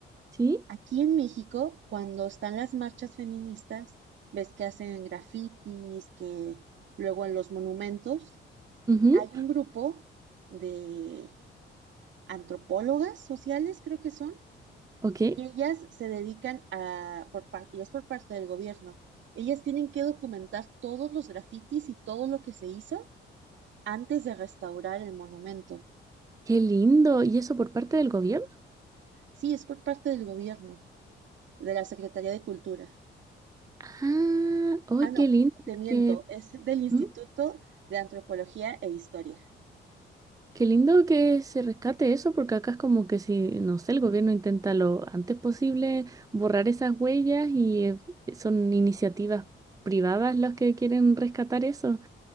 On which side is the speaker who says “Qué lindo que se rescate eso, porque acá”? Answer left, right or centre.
Right